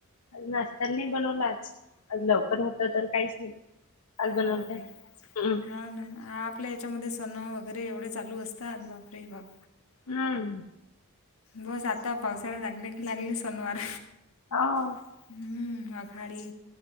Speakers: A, on the left; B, on the left.
A: नाशताला नाही बनवलाच लवकर होत तर काहीच नाही आज बनवलत्या
B: होके
A: हम्म
B: हा ना आपल्या याच्यामध्ये सणं वगैरे एवढे चालू असतात बापरे बाप
A: हम्म
B: बस आता पावसाळ्यात लागलं की लागले सोनवार
A: हो
B: हम्म अखाडी